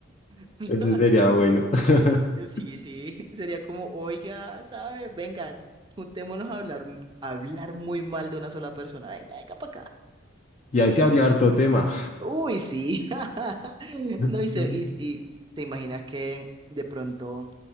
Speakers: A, on the right; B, on the left.
A: <laughs>
B: eso sería bueno. <laughs>
A: Sí, sí, sería como, oiga, ¿sabes? Vengan, juntémonos a hablar, hablar muy mal de una sola persona. Venga, venga para acá.
B: Y ahí se habría harto tema.
A: Uy, sí. <laughs> No,
B: <laughs>
A: y, se- y, y te imaginas que de pronto